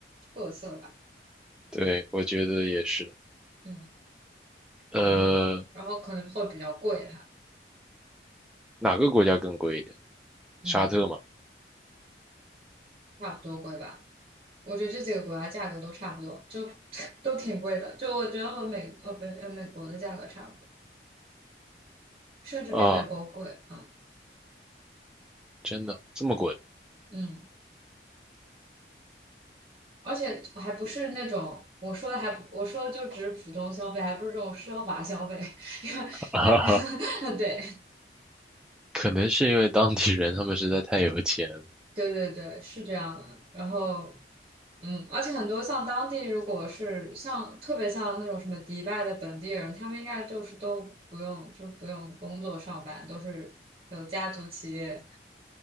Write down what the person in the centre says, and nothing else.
对，我觉得也是。
呃，
哪个国家更贵一点？
沙特吗？
啊，真的这么贵
<laughs> 哈哈
可能是因为当地人他们实在太有钱了